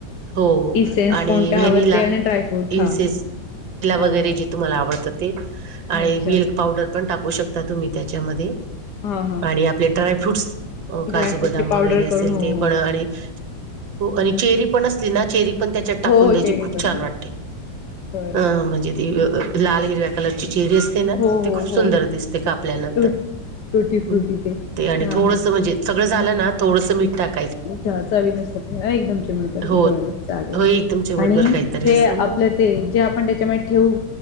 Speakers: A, on the right (about 80°); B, on the left (about 65°).
A: हो
B: इसेन्स
A: आणि
B: कोणत्या
A: व्हॅनिला
B: हवं ते आणि ड्रायफ्रूट हा
A: इन्सेस किला
B: हा
A: वगैरे
B: हो
A: जे तुम्हाला आवडतं ते आणि
B: अच्छा
A: मिल्क पावडर पण टाकू शकता तुम्ही त्याच्यामध्ये.
B: हा हा
A: आणि आपले ड्राय फ्रूट्स अं काजू,
B: ड्रायफ्रूटची
A: बदाम
B: पावडर
A: वगैरे असेल
B: करून हो
A: ते
B: हो
A: पण आणि हो आणि चेरी ती पण असली ना चेरी पण त्याच्यात टाकून
B: हो हो
A: द्यायची
B: चेरी
A: खूप
B: पण
A: छान वाटते.
B: बरं
A: अं म्हणजे ती अ लाल हिरव्या कलरची चेरी असते ना,
B: हो हो
A: ती खूप सुंदर
B: हो
A: दिसते काप कापल्यानंतर
B: टूट टुटी
A: हम्म
B: फ्रुटी
A: ते आणि
B: हा
A: थोडंसं म्हणजे सगळं झालं ना थोडंसं मीठ टाक.
B: हा ते चवीनुसार एकदम चिमूटभर
A: हो
B: बरं चालेल.
A: हो एकदम चिमटभर
B: आणि
A: काहीतरी
B: हे
A: असं
B: आपलं
A: मग
B: ते जे आपण तेच्यामध्ये ठेवू.